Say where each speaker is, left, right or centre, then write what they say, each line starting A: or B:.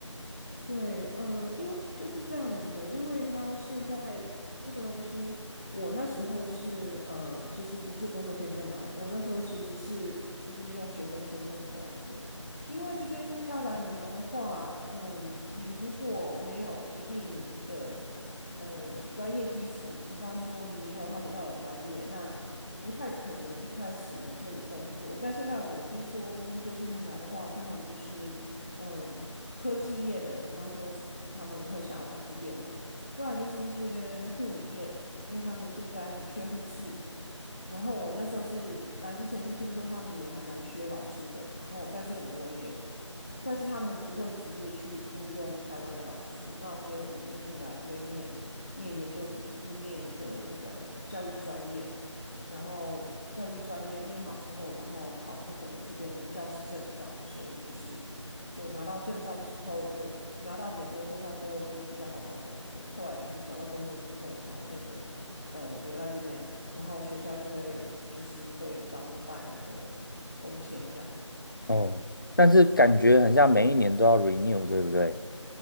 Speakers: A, on the left; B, on the left.
A: 对，嗯，因为就是这样子的，因为他现在这个东西，我那时候是呃，其实不是工作签证来，我那时候其实是就是用学生签证过来的，因为这边要来美国的话，嗯，你如果没有一定的呃专业基础，比方说你没有他们要的专业，那不太可能一开始你就有工作。那现在我听说工作签证来的话，通常就是。嗯，科技业的，比方说他们会想要台积电嘛，不然就是一些护理业，因为他们现在很缺护士，然后我那时候是来之前是听说他们也还蛮缺老师的，然后但是我也，但是他们不会直接去雇佣台湾的老师，那所以我就是来这边念念研究所，就是念一个那个教育专业，然后教育专业念好之后，然后考那个这边的教师证照，所以就是就拿到证照之后就。拿到美国证照之后就比较好找工作，后来就是找到工作之后才那个呃留在这边然后学校就会就是会帮你办那个工签这样子。
B: 哦，但是感觉很像每一年都要 renew，对不对？